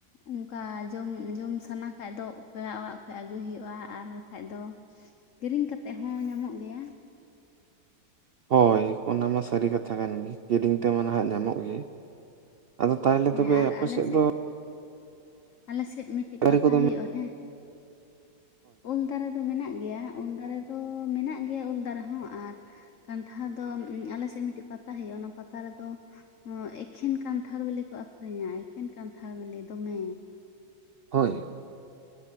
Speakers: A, on the left; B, on the right.
A: ᱚᱝᱠᱟ ᱡᱚᱢ ᱡᱚᱢ ᱥᱟᱱᱟ ᱠᱷᱟᱡ ᱫᱚ ᱯᱮᱲᱟ ᱚᱲᱟᱜ ᱠᱷᱚᱡ ᱟᱹᱜᱩᱭ ᱦᱩᱭᱩᱜᱼᱟ ᱟᱨ ᱵᱟᱠᱷᱟᱡ ᱫᱚ ᱠᱤᱨᱤᱧ ᱠᱟᱛᱮᱫ ᱦᱚᱸ ᱧᱟᱢᱚᱜ ᱜᱮᱭᱟ।
B: ᱦᱳᱭ ᱚᱱᱟ ᱢᱟ ᱥᱟᱹᱨᱤ ᱠᱟᱛᱷᱟ ᱠᱟᱱ ᱜᱮ, ᱠᱤᱨᱤᱧ ᱛᱮ ᱢᱟ ᱱᱟᱦᱟᱜ ᱧᱟᱢᱚᱜ ᱜᱮ। ᱟᱫᱚ ᱛᱟᱦᱚᱞᱮ
A: ᱦᱮᱸ
B: ᱛᱚᱵᱮ
A: ᱟᱨ
B: ᱟᱯᱮ
A: ᱟᱞᱮ
B: ᱥᱮᱫ ᱫᱚ
A: ᱟᱞᱮ ᱥᱮᱫ ᱢᱤᱫᱴᱤᱡ
B: ᱫᱟᱨᱮ
A: ᱯᱟᱛᱟ
B: ᱠᱚᱫᱚ
A: ᱦᱩᱭᱩᱜᱼᱟ
B: ᱢᱮᱱᱟᱜ-ᱟ?
A: ᱦᱮᱸ ᱩᱞ ᱫᱟᱨᱮ ᱫᱚ ᱢᱮᱱᱟᱜ ᱜᱮᱭᱟ ᱩᱞ ᱫᱟᱨᱮ ᱫᱚ ᱢᱮᱱᱟᱜ ᱜᱮᱭᱟ ᱩᱞ ᱫᱟᱨᱮ ᱦᱚᱸ ᱟᱨ ᱠᱟᱱᱴᱷᱟᱲ ᱫᱚ ᱟᱞᱮ ᱥᱮᱫ ᱢᱤᱫᱴᱮᱡ ᱯᱟᱛᱟ ᱦᱩᱭᱩᱜᱼᱟ ᱚᱱᱟ ᱯᱟᱛᱟ ᱨᱮᱫᱚ ᱮᱠᱷᱮᱱ ᱠᱟᱱᱴᱷᱟᱲ ᱵᱤᱞᱤ ᱠᱚ ᱟᱠᱷᱨᱤᱧᱟ ᱮᱠᱷᱮᱱ ᱠᱟᱱᱴᱷᱟᱲ ᱵᱤᱞᱤ ᱫᱚᱢᱮ।
B: ᱦᱳᱭ।